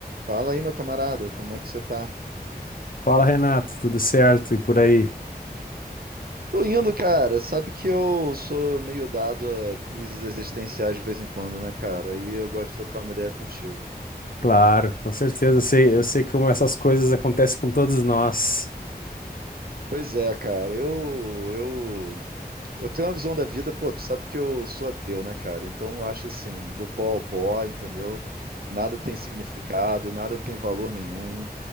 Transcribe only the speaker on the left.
Fala, Renato, tudo certo? E por aí?
Claro, com certeza. Eu sei, eu sei como essas coisas acontecem com todos nós.